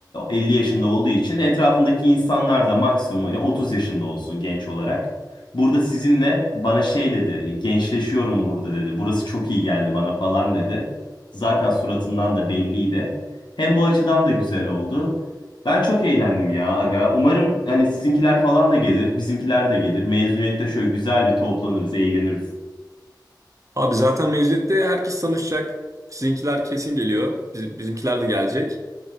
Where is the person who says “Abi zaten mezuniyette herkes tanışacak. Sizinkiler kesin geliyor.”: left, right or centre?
Right